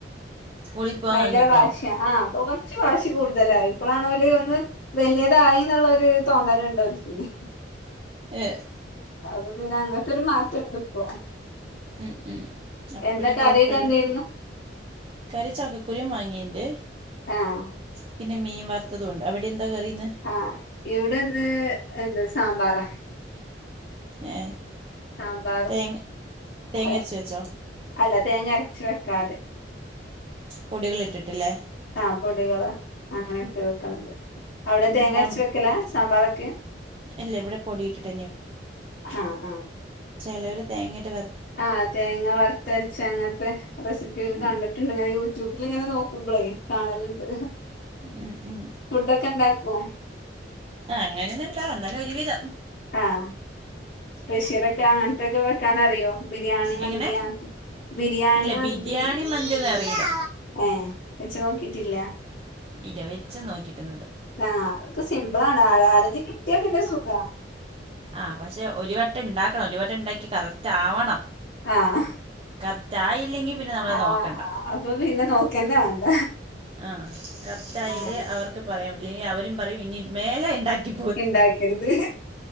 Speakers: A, on the right (about 30°); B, on the left (about 50°).
A: സ്കൂളിൽ പോകാൻ
B: ഭയങ്കര
A: തുടങ്ങിയപ്പോഴോ
B: വാശിയ ആഹ് ച്ച് വാശി കൂടുതലായി ഇപ്പളാണോല് ഒന്ന് വലിയതായി എന്നുള്ളരു തോന്നലുണ്ട് പരിസ്ഥിതി
A: ഏഹ്
B: അത് പിന്നെ അങ്ങനത്തെരു മാറ്റംണ്ട് ഇപ്പോ
A: ഉം ഉം അപ്പം
B: എന്താ
A: പിന്നെ
B: കറിയൊക്കെ
A: കുഴപ്പമില്ല
B: എന്തായിരുന്നു
A: കറി ചക്കക്കുരും മങ്ങേണ്ട്
B: ആഹ്
A: പിന്നെ മീൻ വാർത്തതും ഉണ്ട് അവിടെ എന്താ കറി ഇന്ന്
B: ആഹ് ഇവിടെന്ന് എന്താ സാമ്പാറാ
A: ഏഹ്
B: സാമ്പാറും
A: തേങ്ങ തേങ്ങ
B: അല്ല
A: അരച്ച് വെച്ചോ
B: അല്ല തേങ്ങ അരച്ച് വെക്കാതെ
A: പൊടികൾ ഇട്ടിട്ടില്ലേ
B: ആഹ് പൊടികള് അങ്ങനെ ഇട്ട് വെക്കണത് അവിടെ
A: ഉം,
B: തേങ്ങ
A: സാം
B: അരച്ച് വെക്കല സാമ്പാറൊക്ക്
A: ഇല്ല ഇവിടെ പൊടി ഇട്ടിട്ട്
B: ആഹ് ആഹ്
A: ചിലോര് തേങ്ങിട്ട് വ
B: ആഹ് തേങ്ങ വറുത്തരച്ച് അങ്ങനത്തെ റെസിപ്പിയൊക്കെ
A: ഉം
B: കണ്ടിട്ട് ണ്ട് ഞ യൂട്യൂബിൽ ഇങ്ങനെ നോക്കുമ്പോളേ കാണലുണ്ട്,
A: ഉം ഉം
B: ഫുഡ് ഒക്കെ ഇണ്ടാക്കൊ?
A: അങ്ങനെയൊന്നും ഇല്ല എന്നാലും ഒരു വിധം,
B: ആഹ് സ്പെഷ്യലൊക്കെ അങ്ങനത്തെൊക്കെ വെക്കാനറിയോ ബിരിയാണി, മന്തിയാക്കെ?
A: എങ്ങനെ
B: ബിരിയാണി,
A: ഇല്ല
B: മന്തി
A: ബിരിയാണി മന്തിയൊന്നും അറിയില്ല
B: ഏഹ് വച്ച് നോക്കിട്ടില്ല,
A: ഇല്ല വെച്ച് നോക്കിയിട്ടൊന്നുംല്ല,
B: ആഹ് അതൊക്കെ സിമ്പിളാണ് ആരോന്നിന കിട്ടിയാ പിന്നെ സുഖ,
A: ആഹ് പക്ഷെ ഒരു വട്ടം ഉണ്ടാക്കണം, ഒരു വട്ടം ഉണ്ടാക്കി കറക്റ്റ് ആവണം,
B: ആഹ്,
A: കറക്റ്റ് ആയില്ലെങ്കിൽ പിന്നെ നമ്മള്
B: ആഹ്
A: നോക്കണ്ട,
B: അപ്പൊ പിന്നെ നോക്കന്നെ വേണ്ട,
A: ആഹ് കറക്റ്റ് ആയാലേ
B: ആഹ്
A: അവർക്ക് പറയാം ല്ലേ അവരും പറയും ഇനി മേലെ ഉണ്ടാക്കി
B: ഉണ്ടാക്കരുത്